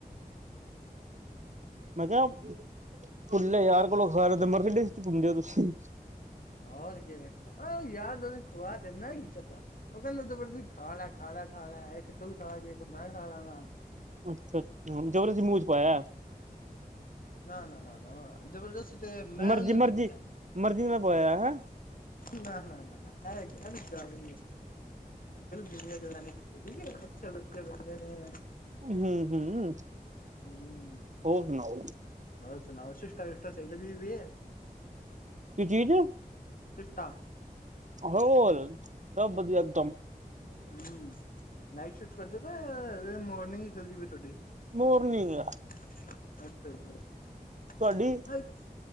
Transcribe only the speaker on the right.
ਕਿਹਾ ਫੁੱਲੇ ਯਾਰ ਕੋਲੋਂ ਸਾਰੇ ਮਸਰਡੀ 'ਚ ਘੁੰਮਦੇ ਹੋ ਤੁਸੀਂ
ਅੱਛਾ ਅੱਛਾ ਜਰਾ ਜਾ ਮੂੰਹ 'ਚ ਪਾਇਆ
ਮਰਜੀ
ਮਰਜੀ ਮਰਜ਼ੀ ਨਾਲ ਪਵਾਇਆ ਹੈਂ
ਹੂੰ ਹੂੰ
ਹੋਰ ਸੁਣਾਓ
ਕੀ ਚੀਜ
ਹੋਲ ਸਭ ਵਧੀਆ ਇਕਦਮ
ਮੋਰਨਿੰਗ
ਤੁਹਾਡੀ